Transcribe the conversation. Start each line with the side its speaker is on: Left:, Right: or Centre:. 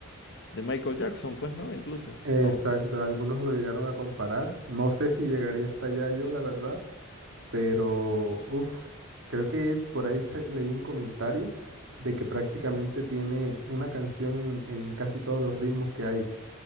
Left: de Michael Jackson, pues, ¿no? Incluso.
Right: Exacto,
Left: No,
Right: algunos lo llegaron a comparar. No sé si llegaría hasta allá yo, la verdad, pero uff, creo que por ahí se- leí un comentario de que prácticamente tiene una canción en, en casi todos los ritmos que hay.